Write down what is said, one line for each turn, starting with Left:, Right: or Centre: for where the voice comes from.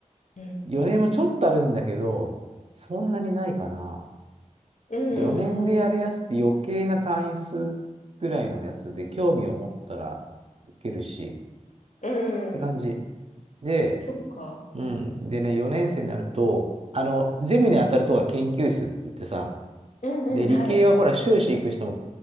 Left: うん
Right: 4年もちょっとあるんだけど、そんなにないかな。
Left: うんうん
Right: 4年でやるやつって余計な単位数ぐらいのやつで、興味を持ったらいけるし、
Left: う
Right: って感じ。
Left: ん。
Right: で、
Left: そっか。
Right: うん。でね、4年生になると、あの、ゼミに当たるとが研究室って言ってさ、
Left: うんうん、
Right: で、理系はほら、
Left: はい。
Right: 修士行く人も、